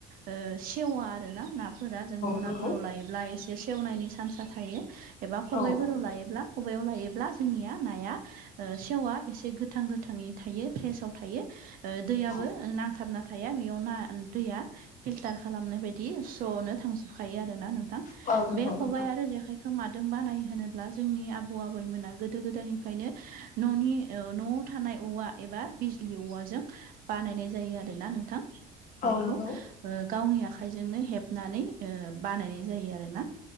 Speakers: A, on the right; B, on the left.
A: ओ सेवा आरो ना नाफोरा जों मनाफोराव
B: नंगौ
A: लायोब्ला एसे सेवनायनि चान्सा थायो। एबा खबाइफोराव
B: औ औ
A: लायोब्ला खबाइयाव लायोब्ला जोंनिया नाया ओ सेवा एसे गोथां गोथाङै थायो फ्रेसाव थायो ओ दैयाबो
B: औ
A: नांथाबना थाया बेयाव ना दैया फिल्टार खालामनाय बायदि स्र'नो थांजोबखायो आरो ना नोंथां।
B: औ नंगौ
A: बे खबाइ
B: नोंथां
A: आरो जेख खाइखौ मादों बानायो होनोब्ला जोंनि आबौ आबैमोना गोदो गोदायनिफ्रायनो न'नि ओ न'आव थानाय औवा एबा बिजलि औवाजों बानायनाय जायो आरोना नोंथां बेखौ।
B: औ नंगौ
A: ओ गावनि आखाइजोंनो हेबनानै ओ बानायनाय जायो आरोना